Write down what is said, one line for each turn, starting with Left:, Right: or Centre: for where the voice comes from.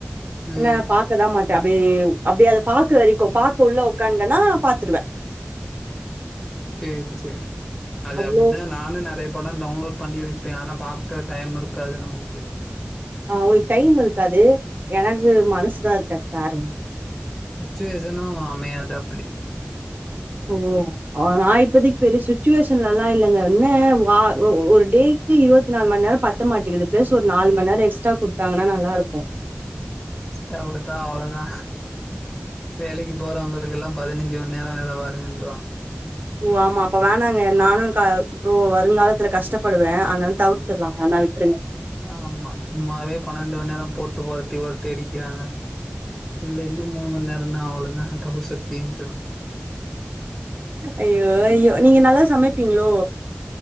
Centre: ம்
Right: என்ன பக் பாக்கதா மாட்ட அப்டியே அப்டியே அத பாக்கற வரைக்கு பாக்க உள்ள உக்காண்டனா பாத்துடுவ
Centre: செரி செரி அது
Right: அவ்ளோ
Centre: அப்டிதா நானு நெறைய படம் டவுன்லோட் பண்ணி வைப்பே ஆனா பாக்க டைம் இருக்காது நமக்கு
Right: ஆ உங்களுக்கு டைம் இருக்காது எனக்கு மனசுதா இருக்காது வேற ஒன்னு
Centre: சுச்சுவேசனு அமையாது அப்டி
Right: ஓ ஆ நான் இப்பதிக் பெரி சுச்சுவேஷன்லல்லா இல்லங்க என்ன வா ஒரு டேக் க்கு இருவத்தி நாலு மணிநேரோ பத்த மாட்டிகிது பிளஸ் ஒரு நாலு மணி நேரோ எக்ஸ்டா குடுத்தாங்கன்னா நல்லாருக்கு
Centre: ஸ்ட்டா அவ்ளோதா அவ்ளோதா வேலக்கி போறவங்களுக்கெல்லா பதினெஞ்சு மணி நேரம் வேல பாருங்கன்றுவாங்க
Right: ஓ ஆமா அப்ப வேணாங்க நானு க அப்றோ வருங்காலத்துல கஷ்டப்படுவே அதனால தவுர்த்தர்லா வேனா விட்ருங்க
Centre: ஆமா சும்மாவே பன்னெண்டு மணி நேரம் போட்டு ஒரட்டி ஒரட்டி அடிக்கிறாங்க இதுல இன்னு மூணு மண் நேரன்னா அவ்ளோதா டவுசர் கிழிஞ்சுடு
Right: ஐயோ ஐயோ நீங்க நல்லா சமைப்பீங்ளோ